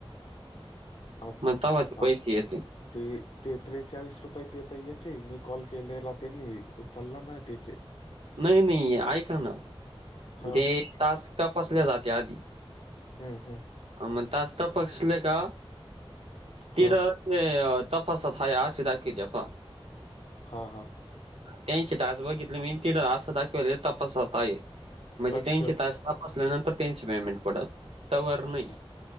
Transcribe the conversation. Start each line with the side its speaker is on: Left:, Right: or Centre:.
Right: <inaudible>
Left: अच्छा.
Right: म तवा ते
Left: हो.
Right: पैसे येतील.
Left: ते ते त्रेचाळीस रुपये तेेत याचे मी कॉल केलेला त्यांनी उचलला नाही त्याचे.
Right: नाही नाही ऐका ना?
Left: हा
Right: ते टास्क तपासल्या जाते आधी.
Left: हम् हम्.
Right: अ म टास्क तापसले का
Left: हा
Right: तिर ले तपासतय हाय अस दाखिव त्या पाहा.
Left: हा हा.
Right: त्यांची टास बघितली मी तिड असं दाखवाले तपासत आहे - म्हणजे
Left: अच्छा
Right: तीनशे तास तपासल्यानंतर त्यांनश पेमेंट पडल तवर नाही.
Left: हा